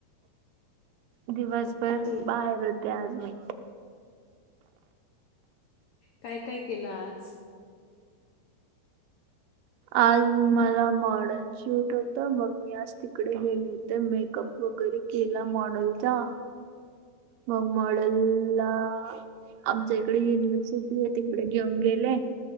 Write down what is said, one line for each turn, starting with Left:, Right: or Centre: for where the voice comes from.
Right: दिवसभर
Left: हम्
Right: बाहेर होते आज मी.
Left: काय, काय केलं आज.
Right: आज मला मॉडेल शूट होत. मग मी आज तिकडे गेले होते, मेकअप वगैरे केला मॉडेलचा.
Left: <inaudible>
Right: मग मॉडेल ला <inaudible> आमच्या इकडे युनिव्हर्सिटी आहे, तिकडे घेऊन गेले.